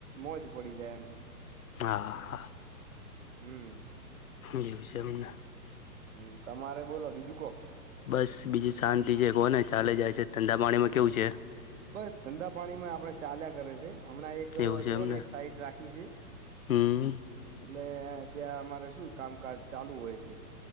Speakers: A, on the right (about 50°); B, on the left (about 60°).
A: મોજ પડી જાય એમ
B: હા હા હા
A: હમ.
B: યુઝમને.
A: હમ તમારે બોલો બીજું કો
B: બસ બીજું શાંતિ છે કો ને ચાલે જાય છે ધડાા પાણીમાં કે્યવ છે.
A: બસ ધંધા પાણી માં આપડે ચાલ્યા કરે છે. હમણાં એક
B: એવું છે
A: જોુવ
B: એમને
A: ને એક સાઈટ રાખી છે.
B: હમ
A: એટલે ત્યાં અમારે શું કામકાજ ચાલુ હોય છે,